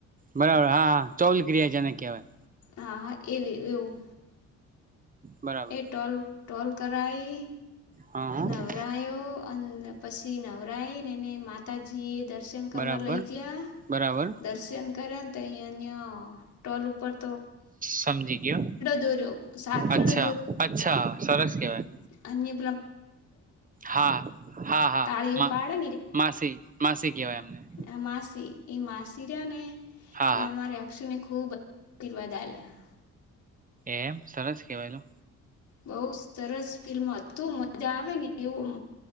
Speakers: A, on the right; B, on the left.
A: બરાબર હા હા ચોલ ક્રિયા જે ને કહેવાય
B: હા એવી એવું
A: બરાબર.
B: એ ટોલ ટોલ કરાઈ
A: હા હા
B: નવરાયો અને પસી નવરાઈને ને માતાજી એ દર્શન કરવા
A: બરાબર
B: લઈ ઇસગ્યા
A: બરાબર
B: દર્શન કર્યા તૈ અહીયા ટોલ ઉપરથી
A: સમજી ગયો.
B: દોર્યો સાથીડો
A: અચ્છા, અચ્છા સરસ કેવાય.
B: અન્ય
A: હા હા હા
B: તાળીઓ
A: મા
B: પાડે
A: માસી માસી કહેવાય એમને
B: આ માસી એ માસી રહ્યા
A: હા
B: ને
A: હા
B: અમારે અક્ષુને ખૂબ આશીર્વાદ આલ્યા
A: એમ સરસ કેવાયલો
B: બઉ સરસ ફિલ્મ હતું મજા આવે ને એવું